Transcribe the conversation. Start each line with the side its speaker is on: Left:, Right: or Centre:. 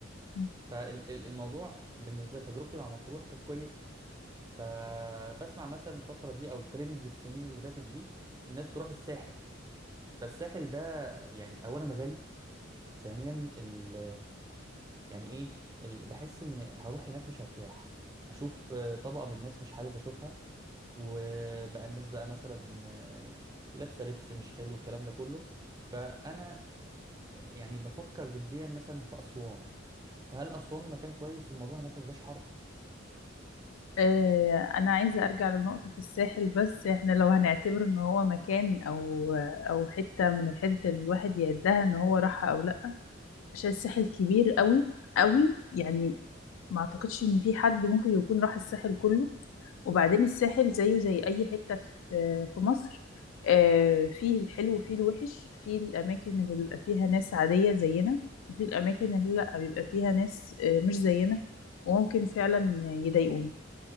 Left: مم.
Right: فالموضوع بالنسبه لتجربتي مع مطروح كانت كويسه فبسمع مثلا الفتره دي او ترند السنين اللي فاتت دي الناس تروح الساحل فالساحل ده يعني اولا غالي ثانيا ال يعني ايه ال- بحس ان هروح هناك مش هرتاح هشوف آه، طبقه من الناس مش حابب اشوفها وبقى الناس بقى مثلا آه، لابسه لبس مش حلو الكلام ده كله فانا آه، يعني بفكر جديا مثلا في اسوان فهل أسوان مكان كويس والموضوع هناك مبيبقاش حر؟
Left: آه، انا عايزه ارجع لنقطه الساحل بس احنا لو هنعتبر ان هو مكان او او حته من الحتت اللي الواحد يعدها ان هو راحها او لا عشان الساحل كبير قوي قوي يعني ما اعتقدش ان في حد ممكن يكون راح الساحل كله وبعدين الساحل زيه زي اي حتة في في مصر آه، فيه الحلو وفيه الوحش فيه الاماكن اللي بيبقى فيها ناس عادية زينا وفيه الاماكن اللي لا بيبقى فيها ناس آه، مش زينا وممكن فعلا يضايقونا